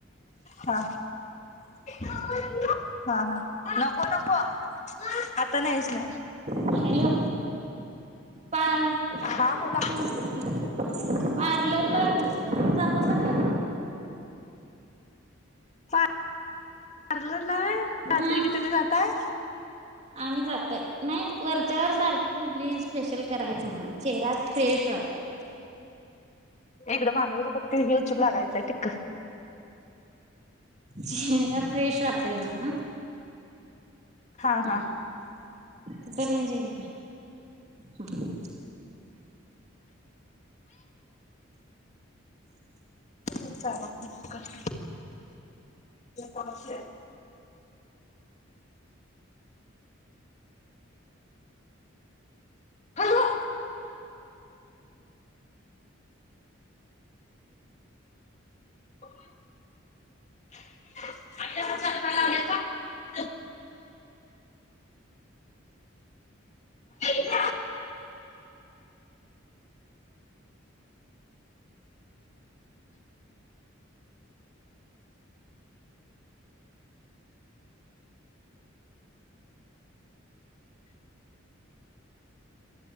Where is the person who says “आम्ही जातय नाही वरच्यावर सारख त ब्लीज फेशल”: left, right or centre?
Right